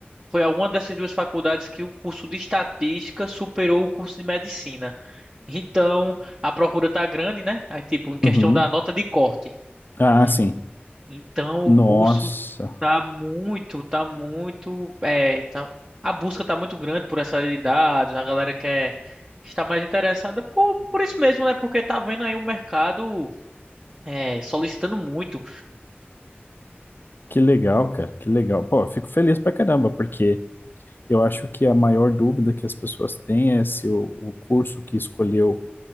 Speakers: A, on the right; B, on the left.
A: foi alguma dessas duas faculdades que o curso de estatística superou o curso de medicina. Então, a procura tá grande, né? Aí, tipo, em questão
B: Uhum.
A: da nota de corte.
B: Ah,
A: É.
B: sim.
A: Então,
B: Nossa,
A: o curso tá muito, tá muito, é, tá, a busca tá muito grande por essa área de dados, a galera quer estar mais interessada por, por isso mesmo, né? Porque tá vendo aí o mercado, é, solicitando muito
B: que legal, cara, que legal. Pô, eu fico feliz pra caramba, porque eu acho que a maior dúvida que as pessoas têm é se o, o curso que escolheu